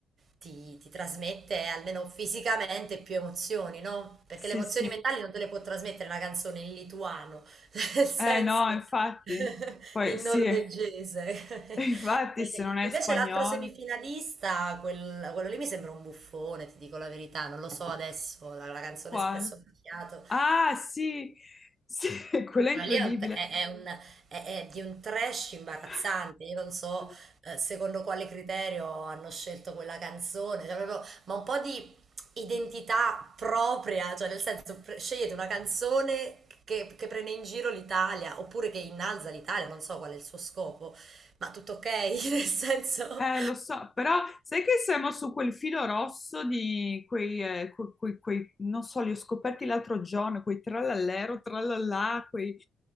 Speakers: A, on the right; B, on the left.
A: ti, ti trasmette almeno fisicamente più emozioni, no? Perché
B: sì,
A: le emozioni
B: sì.
A: mentali non te le può trasmettere una canzone in lituano, <laughs> nel senso
B: Eh no, infatti,
A: <laughs>
B: poi
A: in
B: sì.
A: norvegese.
B: <laughs> Infatti,
A: <laughs> E
B: se non è
A: Invece
B: spagnolo,
A: l'altro semifinalista, quel- quello lì mi sembra un buffone, ti dico la verità, non lo so adesso, la, la canzone
B: quale?
A: Espresso Macchiato.
B: Ah, sì, sì, <laughs> quello
A: Quello
B: è incredibile.
A: lì è, un- è- è un- è- è di un trash imbarazzante.
B: <laughs>
A: Io non so eh, secondo quale criterio hanno scelto quella canzone, cioè, proprio- ma un po' di identità propria, cioè nel senso pre- scegliete una canzone che, che prende in giro l'Italia oppure che innalza l'Italia, non so qual è il suo scopo, ma tutto ok, <laughs> nel senso...
B: Eh, lo so, però sai che siamo su quel filo rosso di quei, eh, que- quei- quei- non so, li ho scoperti l'altro giorno, quei trallallero, trallallà, quei...